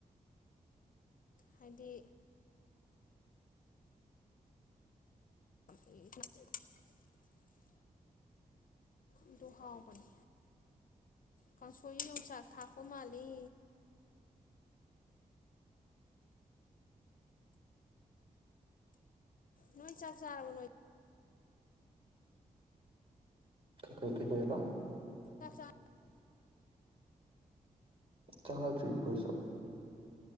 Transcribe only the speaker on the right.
<inaudible>
ꯀꯩ ꯀ ꯀꯩꯕ
ꯆꯥꯗ꯭ꯔꯤ ꯑꯩꯈꯣꯏꯁꯨ